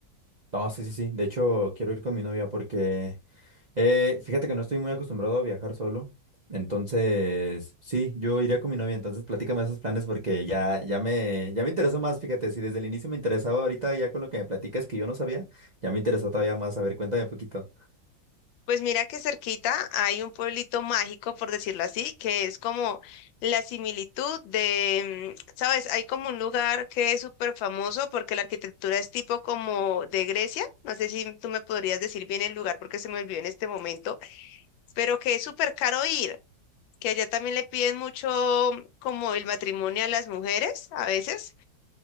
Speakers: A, on the right (about 60°); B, on the left (about 85°).
A: No, sí, sí, sí. De hecho, quiero ir con mi novia porque Eh, fíjate que no estoy muy acostumbrado a viajar solo. Entonces, sí, yo iría con mi novia. Entonces, platícame esos planes porque ya, ya me, ya me interesó más. Fíjate, si desde el inicio me interesaba ahorita ya con lo que me platicas que yo no sabía, ya me interesó todavía más. A ver, cuéntame un poquito.
B: Pues mira que cerquita hay un pueblito mágico, por decirlo así, que es como la similitud de, mm, ¿sabes? Hay como un lugar que es súper famoso porque la arquitectura es tipo como de Grecia. No sé si tú me podrías decir bien el lugar porque se me olvidó en este momento, pero que es súper caro ir, que allá también le piden mucho mm, como el matrimonio a las mujeres a veces.